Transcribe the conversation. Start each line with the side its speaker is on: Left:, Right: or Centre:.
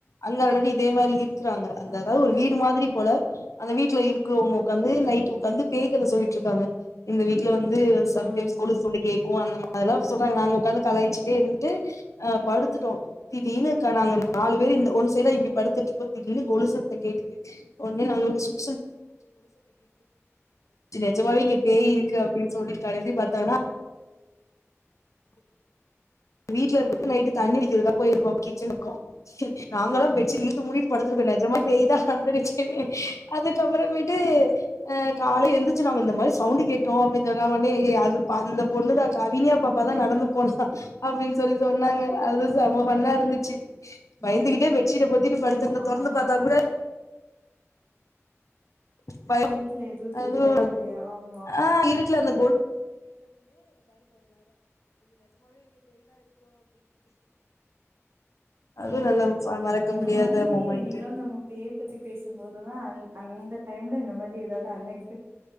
Left: அங்க ஆல்ரெடி இதே மாரி இரு வாங்க அந்த
Right: ஆ
Left: அதாவது ஒரு வீடு மாதிரி போல அந்த வீட்டு வீட்ல இருக்கிறவங்க கந்து வந்து நைட் உகாந்து பேய் கத சொல்லிட்டு இருக்காங்க இந்த வீட்டு வந்து சம்டைம்ஸ்
Right: ஆ
Left: கொலுசு சவுண்ட் கேக்கும் அந்த மாதிரல்லாம் சொல்றாங்க நாங்க உட்காந்து கலாயச்சுட்டே இருந்துட்டு அஹ் படுத்துட்டோம் திடீனு நாங்க நாலு பேர் இந்த ஒன் சைடா இப்படி படுத்துட்டு இருக்கோம் திடீனு கொலு சத்தம் கேக்குது உடனே நாங்களா <inaudible> நிஜமாவே இங்க பேய்
Right: ம்ஹ்ம்
Left: இருக்கு அப்படின்னு சொல்லி கரடி பாத்தானா வீடல இரு நைட்டு தண்ணி அடிக்கிறதுதா போயிருப்போம் கிச்சனுக்கும் நாங்களாம் பெட்ஷீட் இழுத்து மூடிட்டு படுத்துருக்கோம் நிஜமா பேய்தான் வந்தருச்சுனு அதுக்கப்பறமேட்டு அஹ் கால எந்திரச்சு நாங்க இந்த மாதிரி சவுண்டு் கேட்டோம் அப்படின்னு சொன்னா உடனே அது அந்த பொண்ணுடான் கவினியா பாப்பாதான் நடந்து போனா அப்படின்னு சொல்லி சொன்னாங்க அது சம ஃபண்ணா இருந்துச்சு பயந்துகிட்டே
Right: ம்ஹ்ம்
Left: பெட்ஷுட்ட போத்திட்டு படுத்து
Right: ஆமா
Left: தெறந்து பாத்தா கூட ப
Right: இருட்டுல எதுவு
Left: அது
Right: தெரியாது இல்லையா ஆமா
Left: ஆஹ் வீடல அந்த
Right: ஹம்
Left: அதுவு
Right: ஹம்
Left: நல்ல மறக்க
Right: இந்த
Left: முடியாத
Right: மாதிரி
Left: மொமெண்ட்டு
Right: என்னைக்க நம்ம பேய பத்தி பேசும்போதுதான் அந்த டைம் இந்த மாரி ஏதாவது அன்க்ஸ்